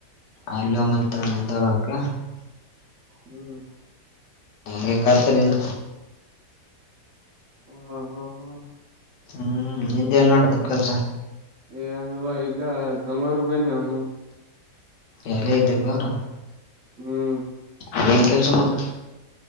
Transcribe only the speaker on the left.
ಅಲ್ಲಮ್ಮಂತಂತರಕ್ಕ
ರಿಂಗತ್ತ ನಿನ್ನ
ಹ್ಮ ನಿಂದೇನ ನಡದ ಕೆಲ್ಸ
ಎಲ್ಲ ಅದ್ ಬೆಂಗಳೂರ
ಅಲ್ಲೆನ ಕೆಲ್ಸ ನಿಂದು.